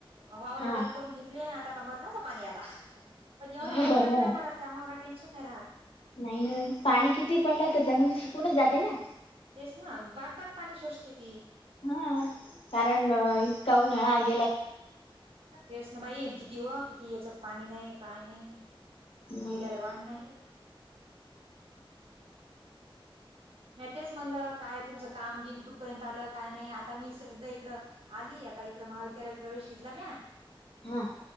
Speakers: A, on the right (about 80°); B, on the left (about 80°).
A: वावररा
B: हा
A: डल करून घेतली आता का मरनासा पाणीला पण एवढा
B: हो
A: का फक
B: ना
A: नाही पडत त्यामुळे काही टेन्न नाही राहत
B: नाही नाही पाणी किती पडला तर जमीन तर सुकूनच जाते ना
A: तेस ना बाद बाद पाणी सोसते ती
B: हा कारण इत काऊन हळाग
A: तेच ना बाई किती व किती याच्यात पाणी नाही काय नाही
B: मग
A: येलाल वा नाही मी तेच म्हणलं काय तुमचं काम गिम कुठपर्यंत आलं काय नाही आता मी सगळ इकडं आली आता इकड महाविद्यालयात प्रवेश घेतला म्या
B: हा